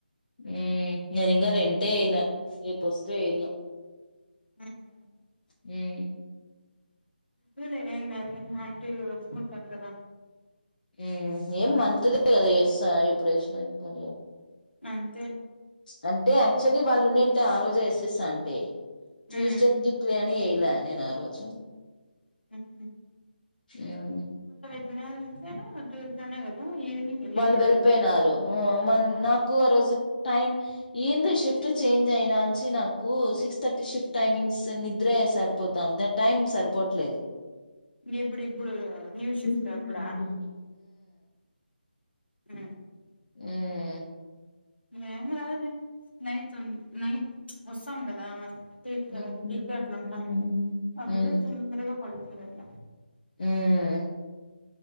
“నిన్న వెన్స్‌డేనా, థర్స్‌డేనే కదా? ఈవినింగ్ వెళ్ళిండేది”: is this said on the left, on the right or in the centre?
Left